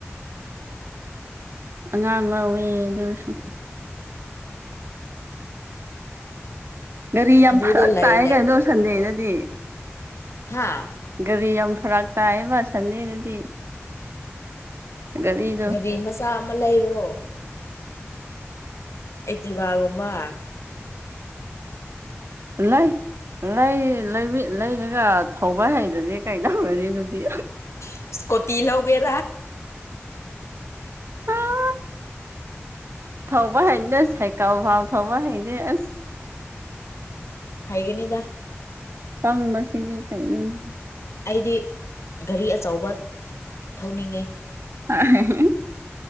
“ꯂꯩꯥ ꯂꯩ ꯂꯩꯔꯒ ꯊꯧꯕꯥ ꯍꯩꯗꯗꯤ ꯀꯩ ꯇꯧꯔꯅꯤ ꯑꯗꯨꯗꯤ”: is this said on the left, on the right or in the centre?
Right